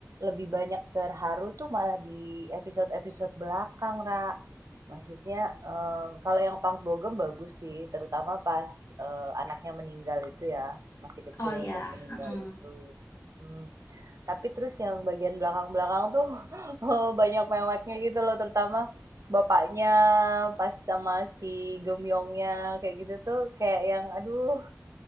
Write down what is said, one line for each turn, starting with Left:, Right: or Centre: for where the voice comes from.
Right: lebih banyak terharu tuh malah di episode-episode belakang, Ra. Maksudnya, eee, kalau yang Park Bo Gum bagus sih, terutama pas, eee, anaknya meninggal itu ya, masih kecil
Left: Oh ya,
Right: dan meninggal
Left: mhm.
Right: itu, mhm. Tapi terus yang bagian belakang-belakang tuh, <laughs> banyak meweknya gitu loh, terutama bapaknya pas sama si Gemyongnya kayak gitu tuh kayak yang aduh